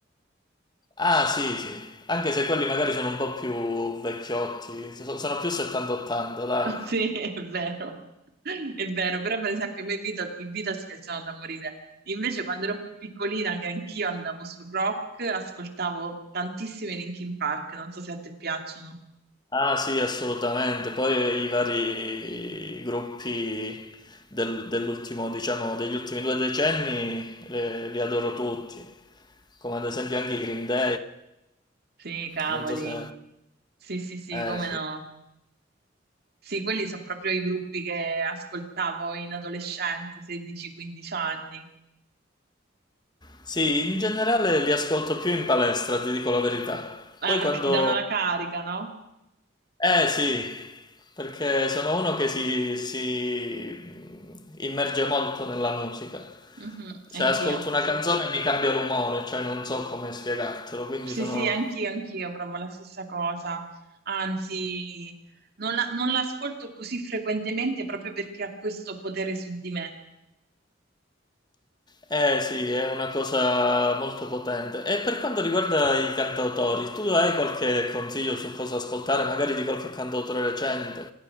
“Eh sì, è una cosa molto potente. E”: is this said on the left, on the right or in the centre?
Left